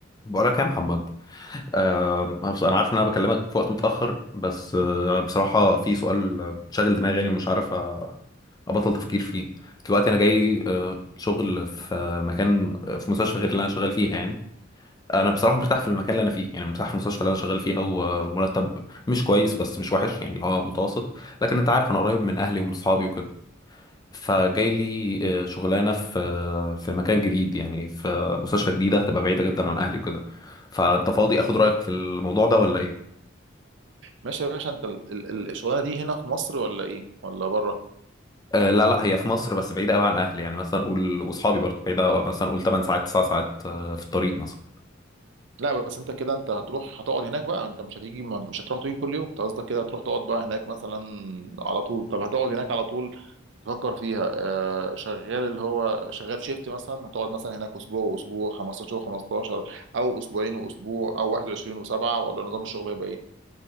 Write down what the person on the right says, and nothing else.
ماشي يا باشا انت ال- ال- ال- الشغلانه دي هنا في مصر ولا ايه ولا بره
لا بس انت كده انت هتروح هتقعد هناك بقى انت مش هتيجي مش هتروح تيجي كل يوم انت قصدك كده هتروح تقعد بقى هناك مثلا على طول طب هتقعد هناك على طول تفكر فيها آه شغال اللي هو شغال شيفت مثلا هتقعد مثلا هناك اسبوع واسبوع 15 و15 او اسبوعين واسبوع او 21 و7 ولا نظام الشغل هيبقى ايه